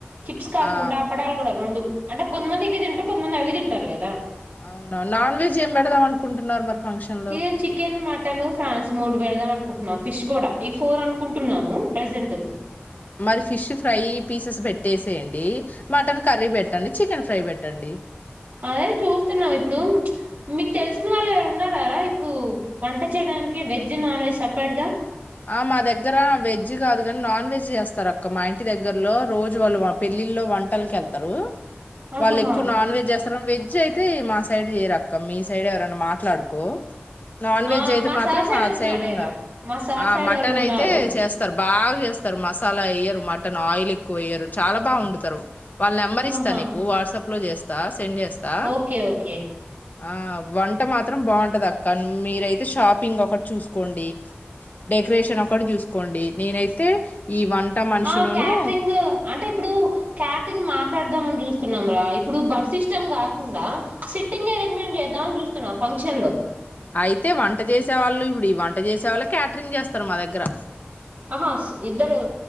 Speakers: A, on the right (about 50°); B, on the left (about 45°).
A: చిప్స్ కాకుండా
B: ఆ
A: అప్పడాలు కూడా రెండు అంటే కొంతమంది ఇవి తింటారు కొంతమంది అవి తింటారు కదా
B: అవునావు నాన్ వెజ్ ఏం పెడదాం అనుకుంటున్నారు మరి ఫంక్షన్ లో
A: ఇ చికెన్ మటన్ ఫ్రాన్స్ మూడు బెడదా మను కుంటున్న ఫిష్ కూడా ఈ ఫోర్ అనుకుంటున్నాము ప్రజెంట్
B: మరి ఫిష్ ఫ్రై పీసెస్ పెట్టేసేయండి మటన్ కర్రీ పెట్టండి చికెన్ ఫ్రై పెట్టండి
A: అదే చూస్తున్నాం ఇప్పుడు మీకు తెలిసిన వాళ్ళు ఎవరు ఉన్నారా రా ఇప్పుడు వంట చేయడం వెజ్ నాన్ వెజ్ సపరేట్ గా
B: ఆ మా దగ్గర వెజ్ కాదు కాని నాన్ వెజ్ చేస్తారు అక్క మా ఇంటి దగ్గరలో రోజు వాళ్ళు మా పెళ్లి ల్లో వంటకెల్తరు
A: ఆహాహా
B: వాళ్లు ఎక్కువ నాన్వజ్ చేస్తరు రం వెజ్ అయితే మా సైడ్ ఏ రకం మీ సైడ్ ఎవరైనా మాట్లాడుకో నాన్ వెజ్
A: ఆ
B: అయితే మాత్రం
A: సార్
B: మా సైడ్
A: లేరా
B: ఉన్నారు
A: మా సార్
B: ఆ
A: సైడ్
B: మటన్
A: వాళ్ళు ఉన్నారు
B: అయితే చేస్తారు బాగా చేస్తారు మసాలా వయ్యరు మటన్ ఆయిల్ ఎక్కువ వేయ్యరు చాలా బా వండుతారు వాళ్ళ నెంబర్
A: ఆహాహా
B: ఇస్తా నీకు వాట్సాప్లో చేస్తా సెండ్ చేస్తా
A: ఓకే ఓకే
B: ఆ వంట మాత్రం బాగుంటది అక్క మీరయితే షాపింగ్ ఒకటి చూసుకోండి డెకరేషన్ ఒకటి చూసుకోండి నేనైతే ఈ వంట మనుషునును
A: ఆ క్యాటరింగ్ అంటే ఇప్పుడు క్యాటరింగ్ మట్ మాట్లాడదాం అని చూస్తున్నాం రా ఇప్పుడు బస్ సిస్టమ్ కాకుండా సిట్టింగ్ అరేంజ్మెంట్ చేద్దాంని చూస్తున్నాం ఫంక్షన్లో
B: అయితే వంట చేసే వాళ్ళు ఇప్పుడు వంట చేసే వాళ్ళు క్యాటరింగ్ చేస్తారు మా దగ్గర
A: ఆహా ఇద్దరు